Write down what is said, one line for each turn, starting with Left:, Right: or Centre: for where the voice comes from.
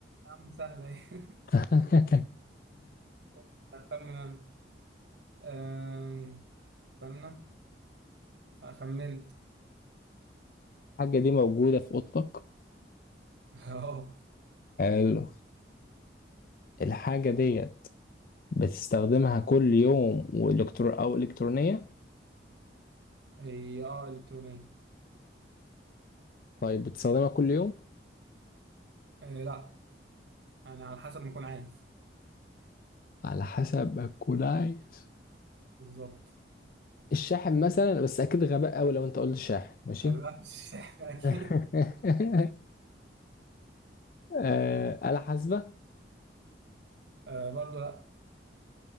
Right: يا عم سهلة ايه
Left: <laughs>
Right: <laughs> أخمن أنا آم، استنى خمنت
Left: الحاجة دي موجودة في أوضتك
Right: <laughs> اه
Left: حلو الحاجة دي بتستخدمها كل يوم وإلكترو أو إلكترونية
Right: هي اه إلكترونية
Left: طيب بتستخدمها كل يوم
Right: آه، لا يعني على حسب ما أكون عايز
Left: على حسب ما تكون عايز
Right: بالظبط
Left: الشاحن مثلا بس أكيد غباء أوي لو أنت قلت شاحن ماشي
Right: لا مش <laughs> أكيد
Left: <laughs> آه، آلة حاسبة
Right: آه، برضو لا